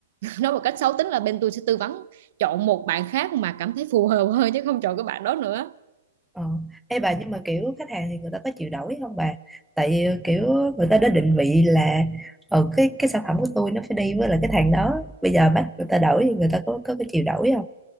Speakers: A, on the right; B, in the centre.
A: <laughs> nói một cách xấu tính là bên tôi sẽ tư vấn chọn một bạn khác mà cảm thấy phù hợp hơn chứ không chọn cái bạn đó nữa
B: Ờ. Ê bà nhưng mà kiểu khách hàng thì người ta có chịu đổi không bà? Tại vì kiểu người ta đã định vị là ờ cái cái sản phẩm của tôi nó phải đi với là cái thằng đó. Bây giờ bắt người ta đổi thì người ta có có cái chịu đổi không?